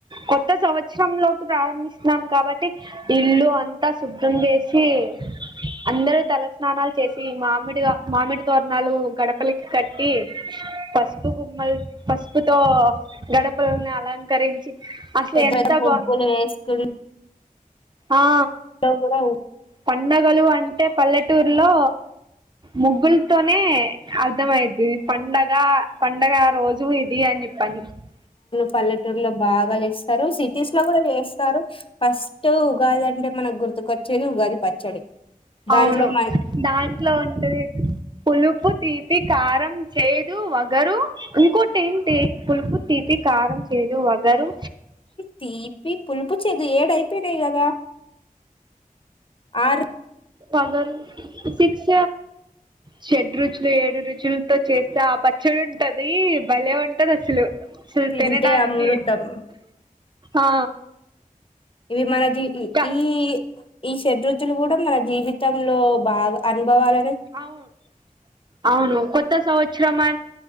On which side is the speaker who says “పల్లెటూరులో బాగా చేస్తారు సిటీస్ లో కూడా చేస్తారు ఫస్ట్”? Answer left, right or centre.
Left